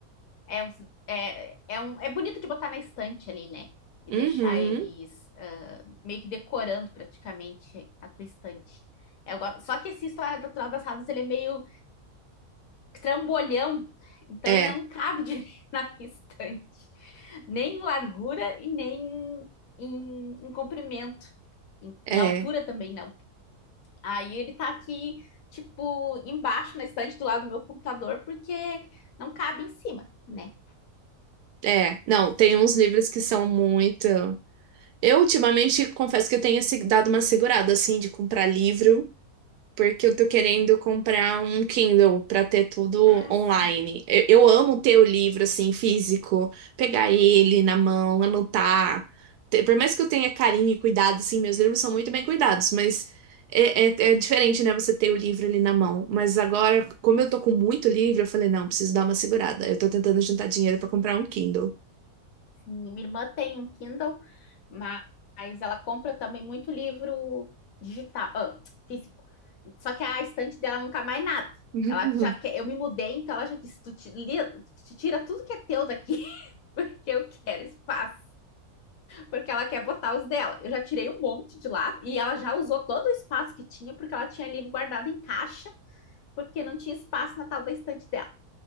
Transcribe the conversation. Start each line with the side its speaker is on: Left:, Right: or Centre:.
Left: É, os- é, é, um, é bonito de botar na estante ali, né? E
Right: Uhum.
Left: deixar eles ah, meio que decorando praticamente a tua estante. É, Eu go- Só que esse História Natural das Fadas, ele é meio trambolhão, então
Right: É,
Left: ele não cabe <laughs> direito na minha estante, nem em largura e nem em, em comprimento, em,
Right: é,
Left: em altura também não. Aí ele tá aqui, tipo, embaixo na estante do lado do meu computador, porque não cabe em cima, né?
Right: é. Não, tem uns livros que são muito. Eu ultimamente confesso que eu tenho se- dado uma segurada, assim, de comprar livro. porque eu tô querendo comprar um Kindle pra ter tudo
Left: Ah,
Right: online.
Left: sim.
Right: Eu, eu amo ter o livro assim físico, pegar ele na mão, anotar. Te- Por mais que eu tenha carinho e cuidado, assim, meus livros são muito bem cuidados, mas é, é- é diferente, né? Você ter o livro ali na mão. Mas agora, como eu tô com muito livro, eu falei, não, preciso dar uma segurada. Eu tô tentando juntar dinheiro pra comprar um Kindle.
Left: Minha irmã tem um Kindle, mas ela compra também muito livro digital, ah, físico. Só que a estante dela nunca mais nada.
Right: <laughs>
Left: Ela já quer, eu me mudei, então ela já disse: tu, te li- tu tira tudo que é teu daqui, <laughs> porque eu quero espaço, porque ela quer botar os dela. Eu já tirei um monte de lá e ela já usou todo o espaço que tinha, porque ela tinha livro guardado em caixa, porque não tinha espaço na tal da estante dela.